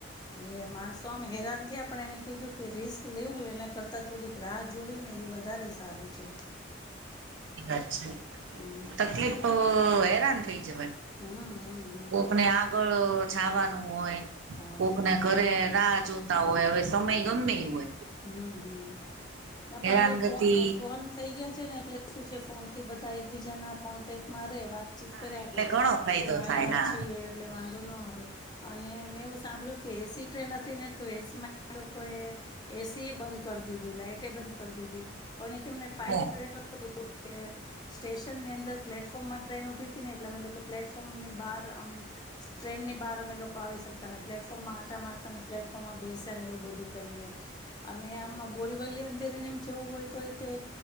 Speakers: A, on the left (about 20°); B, on the right (about 70°).
A: એટલે માણસો આમ હેરાન થયા પણ એને કીધું કે રિસ્ક લેવું એના કરતા થોડીક રાહ જોવી ને એ વધારે સારું છે.
B: <inaudible> અચ્છા
A: હમ
B: તકલીફ તો હેરાન થઈ જવા.
A: હમ હમ હમ
B: કોકને
A: હમ.
B: આગળ જવાનું હોય
A: હા
B: કોકને ઘરે રાહ જોતા હોય. હ સમય
A: હા
B: ગમે એ હોય
A: હમ હમ ના
B: હેરાનગતિ
A: પણ હવે ફો ફોન થઈ ગયા છે ને એટલે શું છે ફોનથી બધા એકબીજાના કોન્ટેક્ટમાં રહે વાત વાતચીત
B: હા
A: કર્યા
B: એટલે
A: કરે
B: ઘણો ફાયદો
A: કે અહીયા
B: થાય હા
A: છીએ. એટલે વાંધો ન આવે અને મેં એવું સાંભળ્યું કે એસી ટ્રેન હતી ને તો એસીમાં લોકોએ એસી એ બંધ કરી દીધું લાાઈટે બંધ કરી દીધી પણ એ કેમને ફટ
B: ઓહ
A: ઓ <unintelligible> સ્ટેશનની અંદર પ્લેટફોર્મમાં ટ્રેન ઉભી હતીહીને એટલે અ લોકો પ્લેટફોર્મની બહાર આમ ટ્રેનની બહાર અમે લોકો આવી શકતાને પ્લેટફોર્મમાં આટા મારતા ને પ્લેટફોર્મમાં બેસી ને એવું બધું કર અને આમાં બોરીવલી અંદેરીને એમ જવું હોય તો તે